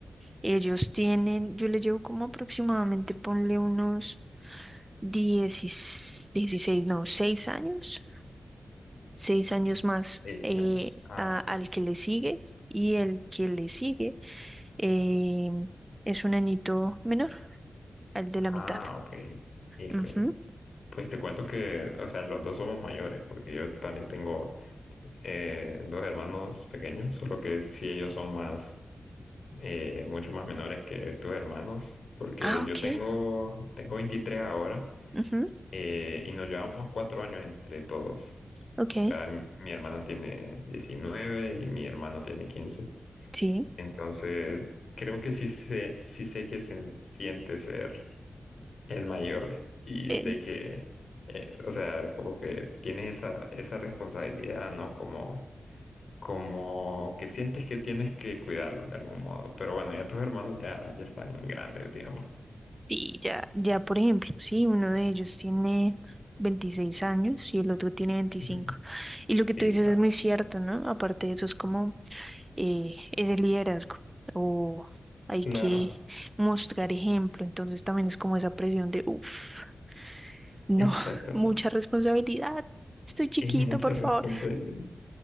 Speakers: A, on the right (about 15°); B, on the left (about 70°).
A: ellos tienen, yo le llevo como aproximadamente, ponle unos 16, 16 no, 6 años, 6 años más
B: Seis
A: eh,
B: años. Ah,
A: a- al que le sigue y el que le sigue eh, es un añito menor, al de la
B: ah,
A: mitad.
B: ok. ok.
A: Ujú.
B: Pues te cuento que, o sea, los dos somos mayores, porque yo también tengo eh, dos hermanos pequeños, solo que sí ellos son más, eh, mucho más menores que tus hermanos, porque
A: Ah,
B: yo
A: ok.
B: tengo, tengo 23 ahora
A: Ujú,
B: eh, y nos llevamos cuatro años entre todos.
A: ok.
B: O sea, mi, mi hermana tiene 19 y mi hermano tiene quince
A: Sí,
B: Entonces, creo que sí sé, sí sé que se siente ser el mayor y
A: eh,
B: sé que, eh, o sea, como que tienes esa, esa responsabilidad, ¿no? Como, como que sientes que tienes que cuidarlo de algún modo. Pero bueno, ya tus hermanos ya, ya están grandes, digamos.
A: sí, ya, ya por ejemplo, sí, uno de ellos tiene 26 años y el otro tiene veinticinco
B: Ujú.
A: Y lo que tú
B: Sí,
A: dices
B: claro.
A: es muy cierto, ¿no? Aparte de eso es como eh, ese liderazgo o hay
B: Claro,
A: que mostrar ejemplo, entonces también es como esa presión de, uff, no,
B: exactamente.
A: <laughs> mucha responsabilidad, estoy chiquito,
B: Es mucha
A: por
B: responsabilidad.
A: favor.